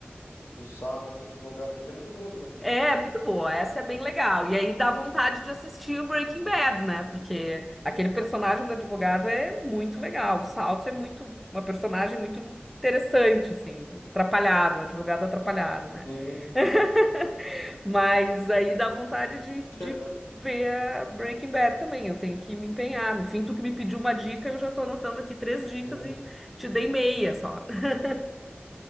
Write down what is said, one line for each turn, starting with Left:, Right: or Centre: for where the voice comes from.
Left: do Salma e do advogado dele é muito boa também.
Centre: É, é muito boa. Essa é bem legal. E aí dá vontade de assistir o Breaking Bad, né? Porque aquele personagem do advogado é muito legal. O Salt é muito, uma personagem muito interessante, assim, atrapalhado, um advogado atrapalhado, né?
Left: Sim,
Centre: <laughs> Mas aí dá vontade de,
Left: verdade.
Centre: de ver a Breaking Bad também. Eu tenho que me empenhar. No fim, tu que me pediu uma dica, eu já tô anotando aqui três dicas
Left: Sim,
Centre: e te dei meia só. <laughs>